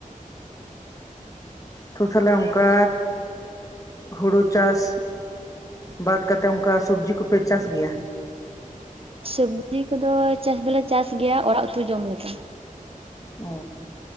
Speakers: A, on the left (about 25°); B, on the right (about 40°).
A: ᱛᱚ ᱛᱟᱦᱞᱮ ᱚᱱᱠᱟ ᱦᱩᱲᱩ ᱪᱟᱥ ᱵᱟᱫ ᱠᱟᱛᱮᱫ ᱚᱱᱠᱟ ᱥᱚᱵᱡᱤ ᱠᱚᱯᱮ ᱪᱟᱥ ᱜᱮᱭᱟ?
B: ᱥᱚᱵᱡᱤ ᱠᱚᱫᱚ ᱪᱟᱥ ᱫᱚᱞᱮ ᱪᱟᱥ ᱜᱮᱭᱟ ᱚᱲᱟᱜ ᱩᱛᱩ ᱡᱚᱢ ᱞᱟᱜᱤᱫ᱾
A: ᱚ